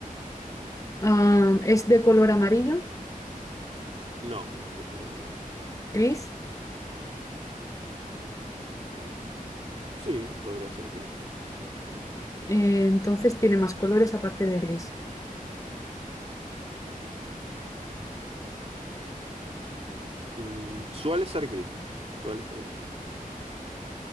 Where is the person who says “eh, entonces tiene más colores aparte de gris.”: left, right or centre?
Left